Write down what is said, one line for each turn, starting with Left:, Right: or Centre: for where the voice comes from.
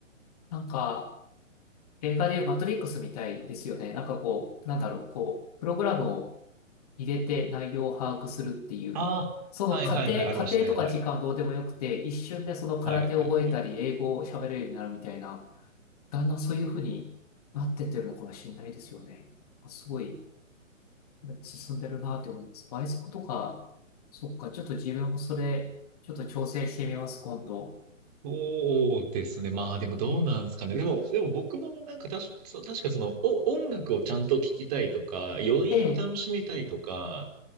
Left: なんか、映画でいうマトリックスみたいですよね。なんかこう、なんだろう、こう、プログラムを入れて内容を把握するっていう、
Right: ああ、
Left: その過程、
Right: はいはいはい、ありましたね。
Left: 過程とか時間はどうでもよくて、
Right: はい。
Left: 一瞬でその空手を覚えたり、
Right: はいはいはい。
Left: 英語を喋れるようになるみたいな、だんだんそういうふうになってってるのかもしれないですよね。すごい進んでるなって思います。倍速とか、そっか、ちょっと自分もそれ、ちょっと調整してみます、今度。
Right: そうですね。まあでもどうなんですかね。
Left: え、
Right: でも、でも僕もなんかたし、そう確かその、お、音楽をちゃんと聴きたいとか、余韻を楽しみたいとか、
Left: え、